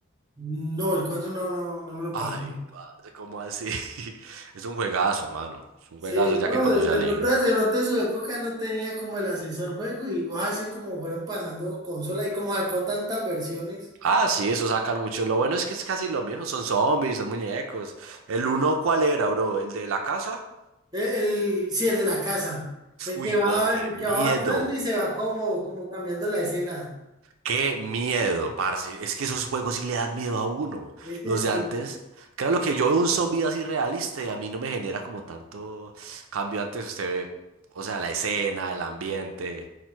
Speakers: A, on the right; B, on the right.
A: No, el 4 no, no, no me lo
B: Ay,
A: pasé.
B: parce, ¿cómo así? <laughs> Es un juegazo, mano. Es un
A: Sí,
B: juegazo ya
A: no,
B: que conocí
A: de, de
B: a Leon.
A: pronto, de pronto en su época no tenía como el ascensor juego y vos así como fueron pasando consola y como sacó tantas versiones.
B: Ah, sí, eso sacan mucho. Lo bueno es que es casi lo mismo. Son zombies, son muñecos. ¿El uno cuál era, bro? ¿El de la casa?
A: El, el- sí, el de la casa. El que
B: Uy,
A: va,
B: bo, qué
A: el
B: miedo.
A: que va avanzando y se va como, como cambiando la escena.
B: Qué miedo, parce. Es que esos juegos sí le dan miedo a uno.
A: Ese
B: Los
A: sí.
B: de antes. Claro, lo que yo veo un zombie así realista y a mí no me genera como tanto cambio. Antes usted ve, o sea, la escena, el ambiente.